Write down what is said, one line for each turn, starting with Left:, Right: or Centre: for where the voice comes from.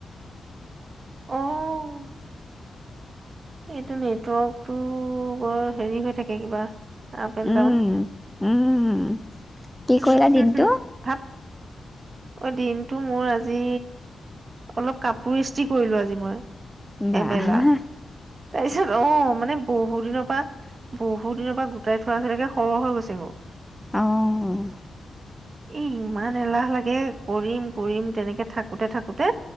Right: আহ এইটো নেটৱৰ্কটো বৰ হেৰি হৈ থাকে কিবা আপ এণ্
Centre: উম,
Right: ডাউন
Centre: উম, কি
Right: উম
Centre: কৰিলা
Right: হম
Centre: দিনটো?
Right: হুম ভাত অ দিনটো মোৰ আজি অলপ কাপোৰ ইস্ৰি কৰিলো আজি মই
Centre: বা
Right: এবেলা
Centre: হা হা
Right: তাৰপিছত আহ মানে বহুত দিনৰ পৰা বহুত দিনৰ পৰা গোটাই থোৱা কেইটাকে সৰহ হৈ গৈছে ক
Centre: আহঁ
Right: এ ইমান এলাহ লাগে কৰিম কৰিম তেনেকে থাকোঁতে থাকোঁতে